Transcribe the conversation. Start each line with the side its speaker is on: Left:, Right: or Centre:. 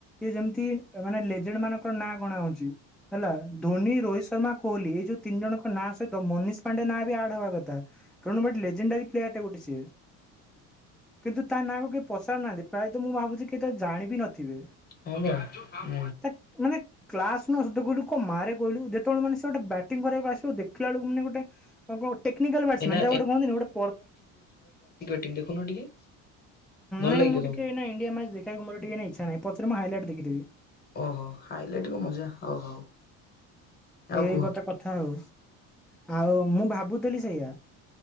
Centre: ଏ ଯେମିତି ମାନେ ଲେଜେଡ୍ ମାନଙ୍କର ନାଁ ଗଣା ହଉଛି। ହେଲା ଧୋନି ରୋହିତ ଶର୍ମା କୋହଲି ଏଇ ଯୋଉ ତିନି ଜଣଙ୍କ ନାଁ ସହିତ ତ ମନୀଷ ପାଣ୍ଡେ ନାଁ ବି ଆଡ ହବା କଥା କାରଣ ଗୋଟେ ଲେଜେଣ୍ଡାରୀ ପ୍ଲେୟାର ଟା ଗୋଟେ ସିଏ କିନ୍ତୁ ତା ନାଁ କୁ କିଏ ପଚାରୁ ନାହାନ୍ତି ପ୍ରାୟତଃ ମୁଁ ଭାବୁଛି କେ ତ ଜାଣିବି ନଥିବେ
Left: ହବ ହୁଁ
Centre: ତା ମାନେ। କ୍ଲାସ ନଧିଲୁ କଣ ମାରେ କହଲୁ ଯେତେବେଳେ ମାନ ସେ ଗୋଟେ ବା ଟିଙ୍ଗ କରିବାକୁ ଆସିବ ଦେଖିଲା ବେଳକୁ ମାନେ ଗୋଟେ କଣ ଟେକ୍ନିକାଲ ବାଟସ
Left: ଏନା
Centre: ମାନ୍ ଯାହା ଗଟ କହନି ପର୍
Left: ଟିଙ୍ଗ ଦେଖୁନ ଟିକେ। ଭଲ
Centre: ନାଇଁ
Left: ଲାଗିବ
Centre: ମୁଁ
Left: ତମକୁ
Centre: ଟିକେ ଏଇନା ଇଣ୍ଡିଆ ମାଚ ଦେଖକୁ ମୋର ଟିକେ ଇଛା ନାହିଁ ପଛରେ ମୁ ହାଇଲାଇଟ ଦେଖିଦେବି।
Left: ଓହୋ ହାଇଲାଇଟ କ ମଜା ହଉ ହଉ। ଆଉ
Centre: ଏଇ
Left: କୁହ
Centre: କଥା କଥା ହଉ ଆଉ ମୁଁ ଭାବୁଥିଲି ସେଇଆ।